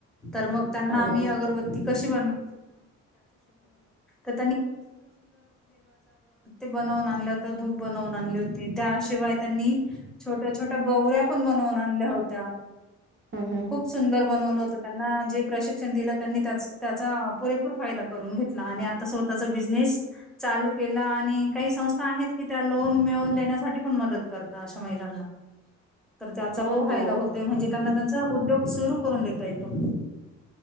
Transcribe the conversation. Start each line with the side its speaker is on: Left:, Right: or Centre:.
Centre: तर मग त्यांना
Right: हो.
Centre: आम अगरबती कशी. इ <unintelligible> ते बनवून आणलं होत धूप बनवून आणली होती, त्याशिवाय त्यांनी छोट्या छोट्या गवऱ्या पण बन. नोंद आणल्या होत्या.
Right: हा.
Centre: खूप सुंदर बनवलं होत त्यांना. जे प्रशिक्षण दिलं त्यांनी त्याचा पुरेपूर फायदा करून घेतला, आणि आता स्वतःचा बिझनेस. चालू केलं आणि काही संस्था आहेत, की त्या लोन मिळून देण्यासाठी म कर मलाना तर त्याचा
Right: हो
Centre: पण फायदा
Right: हो हो
Centre: होत, म्हणजे त्यांना त्यां. उद्योग सुरू करून दता य तो.